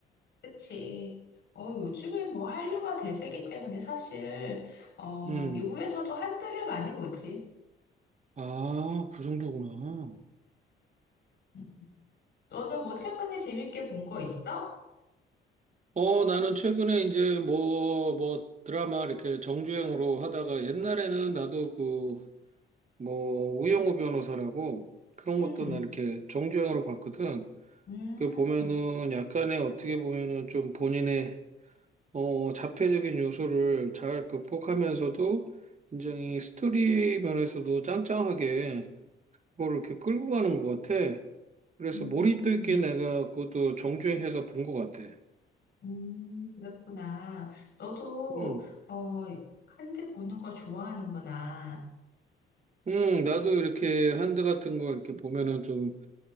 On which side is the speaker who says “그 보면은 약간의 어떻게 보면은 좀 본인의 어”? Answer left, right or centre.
Right